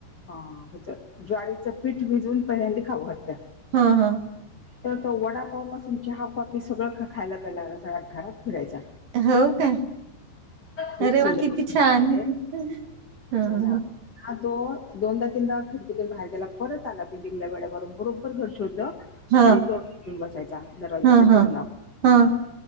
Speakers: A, on the left; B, on the right.
A: हा ह्याच ज्वारीचं पीठ भिजवून पहिल्यांदी खाऊ घातल
B: हा हा.
A: तर तो वडापाव पासुन चहा कॉफी सगळं ख खायला प्यायला लागला सगळ्या घरात फिरायचा
B: हो का.
A: खूप
B: अरे
A: सुंदर
B: वा किती छान
A: होते.
B: हं हं.
A: हो ना. हा तो दोनदा तीनदा खिडकीतून बाहेर गेला परत आला बिल्डिंगला वेढा मारून बरोबर घर शोधलं
B: ह
A: आणि तोरण हुन बसायचा दरवाज्यातल्या
B: ह ह
A: तोरणा
B: ह